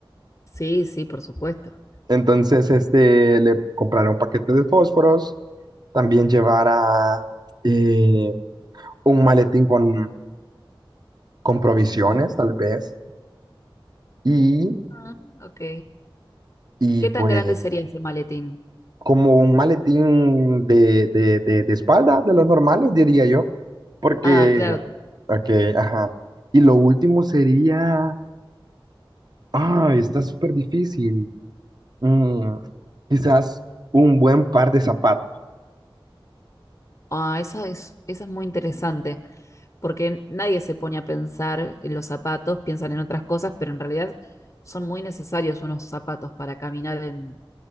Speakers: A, on the left; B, on the right.
A: Sí, sí, por supuesto.
B: Entonces, este, le compraré un paquete de fósforos, también llevará eh, un maletín con, con provisiones, tal vez, y,
A: Ah, ok.
B: y
A: ¿Qué
B: pues
A: tan grande sería ese maletín?
B: como un maletín de, de, de, de espalda, de los normales, diría yo, porque,
A: Ah, claro.
B: ok, ajá. Y lo último sería, ay, está súper difícil. Mm, quizás un buen par de zapatos.
A: Ah, esa es, esa es muy interesante, porque nadie se pone a pensar en los zapatos, piensan en otras cosas, pero en realidad son muy necesarios unos zapatos para caminar en